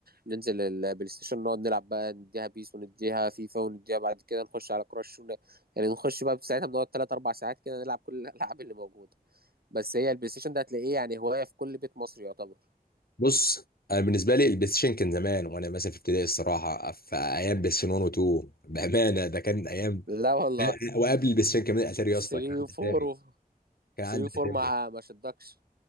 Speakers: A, on the right; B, on the left.
A: ننزل البلاي ستيشن نقعد نلعب بقى نديها بيس ونديها فيفا ونديها بعد كده نخش على كراش ون... يعني نخش بقى ساعتها بنقعد تلات أربع ساعات كده نلعب كل الألعاب اللي موجودة بس هي البلاي ستيشن ده هتلاقيه يعني هواية في كل بيت مصري يعتبر
B: بص انا بالنسبه لي البلاي ستيشن كان زمان وانا مثلا في ابتدائي الصراحه في ايام بلاي ستيشن 1 و2 بامانه ده كان ايام
A: لا والله
B: وقبل البلاي ستيشن كمان اتاري
A: 3
B: يا اسطى كان عندي
A: و4
B: اتاري
A: و
B: كان عندي
A: 3 و4
B: اتاري
A: ما ما شدكش